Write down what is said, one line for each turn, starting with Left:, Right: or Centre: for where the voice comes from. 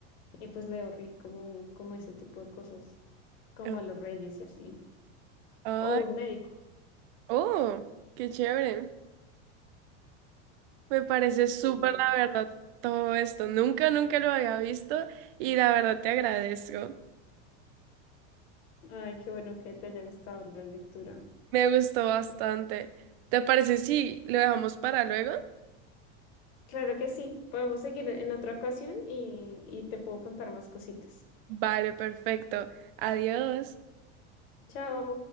Left: Y pues Leo rige como, como ese tipo de cosas, como
Right: eh,
Left: a los reyes y así.
Right: ay,
Left: O un médico,
Right: oh, qué chévere. Me parece súper,
Left: sí.
Right: la verdad, todo esto. Nunca, nunca lo había visto y la verdad te agradezco.
Left: Ay, qué bueno que te haya gustado la lectura.
Right: Me gustó bastante. ¿Te parece si lo dejamos para luego?
Left: Claro que sí. Podemos seguir en otra ocasión y, y te puedo contar más cositas.
Right: Vale, perfecto. Adiós.
Left: Chao.